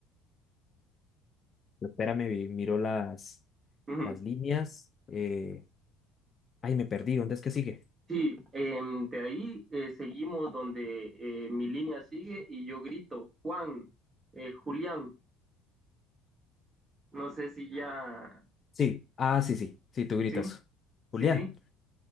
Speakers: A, on the left; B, on the right.
A: Espérame, vi- miro las...
B: <laughs>
A: Las líneas. eh, Ay, me perdí. ¿Dónde es que sigue?
B: Sí, em, de ahí eh, seguimos donde eh, mi línea sigue y yo grito, Juan, eh, Julián, no sé si ya,
A: Sí. Ah, sí, sí. Sí, tú gritas.
B: sí,
A: Julián,
B: sí, sí,